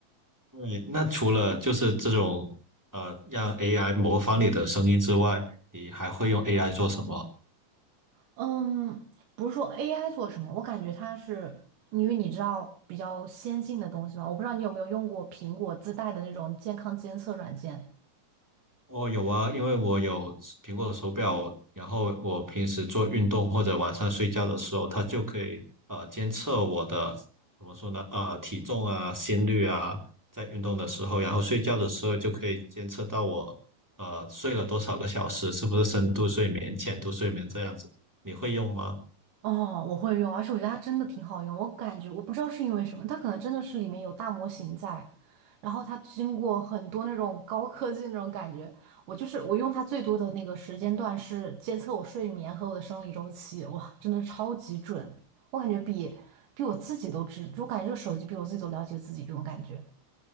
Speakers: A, in the centre; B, on the right.
A: 对，那除了就是这种呃让 AI 模仿你的声音之外，你还会用 AI 做什么？
B: 嗯，不是说 AI 做什么，我感觉它是因为你知道比较先进的东西嘛，我不知道你有没有用过苹果自带的那种健康监测软件。
A: 哦，有啊，因为我有苹果手表，然后我平时做运动或者晚上睡觉的时候，它就可以呃监测我的怎么说呢？呃，体重啊、心率啊，在运动的时候，然后睡觉的时候就可以监测到我呃睡了多少个小时，是不是深度睡眠、浅度睡眠这样子。你会用吗？
B: 哦，我会用，而且我觉得它真的挺好用。我感觉我不知道是因为什么，它可能真的是里面有大模型在，然后它经过很多那种高科技那种感觉。我就是我用它最多的那个时间段是监测我睡眠和我的生理周期，哇，真的是超级准。我感觉比比我自己都知，就我感觉这个手机比我自己都了解自己这种感觉。